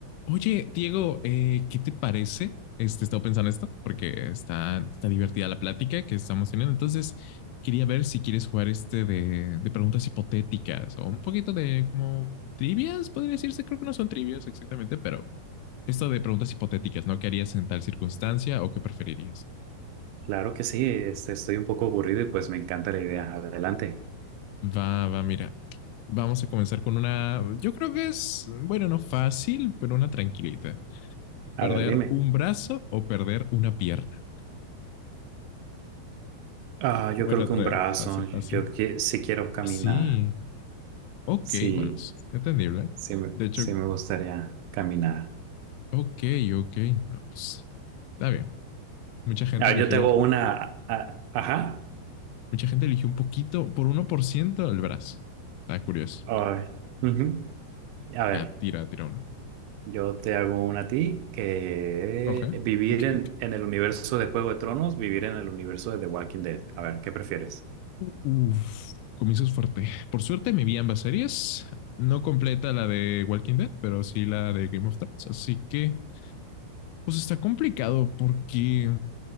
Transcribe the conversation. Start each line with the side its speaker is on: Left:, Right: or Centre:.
Left: Oye, Diego, eh, ¿qué te parece? Este, estaba pensando esto porque está, está divertida la plática que estamos teniendo. Entonces, quería ver si quieres jugar este de, de preguntas hipotéticas o un poquito de como trivias, podría decirse. Creo que no son trivias exactamente, pero esto de preguntas hipotéticas, ¿no? ¿Qué harías en tal circunstancia o qué preferirías?
Right: Claro que sí, este, estoy un poco aburrido y pues me encanta la idea. Adelante.
Left: Va, va, mira. Vamos a comenzar con una, yo creo que es, bueno, no fácil, pero una tranquilita. ¿Perder
Right: A ver, dime.
Left: un brazo o perder una pierna?
Right: Ah, yo
Left: <laughs> Bueno,
Right: creo
Left: otra
Right: que un brazo.
Left: vez. Fácil,
Right: Yo,
Left: fácil.
Right: que sí quiero caminar.
Left: Ah, Sí. Ok,
Right: Sí,
Left: bueno, sí. Entendible.
Right: sí, me-
Left: De hecho,
Right: sí me gustaría caminar.
Left: ok, ok. No, pues, está bien. Mucha gente
Right: A ver,
Left: eligió,
Right: yo te hago una. a- ajá.
Left: mucha gente eligió un poquito, por uno por ciento el brazo. Está curioso.
Right: Ay, ujú. A ver,
Left: Ya, tira, tira uno.
Right: yo te hago una a ti que
Left: Ok,
Right: vivir
Left: ok,
Right: en,
Left: ok.
Right: en el universo de Juego de Tronos, vivir en el universo de The Walking Dead. A ver, ¿qué prefieres?
Left: Uf, comienzas fuerte. Por suerte me vi ambas series. No completa la de Walking Dead, pero sí la de Game of Thrones. Así que, pues está complicado porque